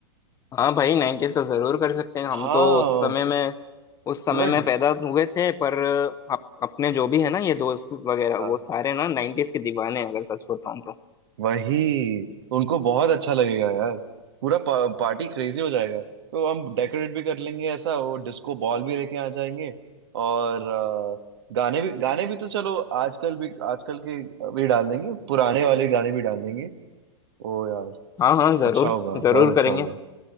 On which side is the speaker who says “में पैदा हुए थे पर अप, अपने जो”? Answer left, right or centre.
Left